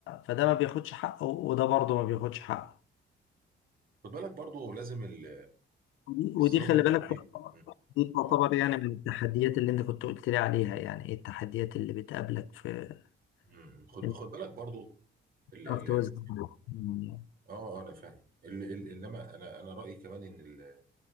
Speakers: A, on the left (about 85°); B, on the right (about 45°).
A: فده ما بياخدش حقه وده برضه ما بياخدش حقه
B: خد بالك برضو لازم ال
A: ودي ودي
B: الزوجه
A: خلي
B: في
A: بالك
B: البيت مم.
A: دي تعتبر
B: اه
A: يعني من التحديات اللي انت كنت قلت لي عليها يعني ايه التحديات اللي بتقابلك في
B: مم. خد
A: انك
B: خد بالك برضو ال
A: تعرف
B: ال
A: توازن يعني.
B: اه آه، انا فاهم ال ال انما انا انا رايي كمان ان ال-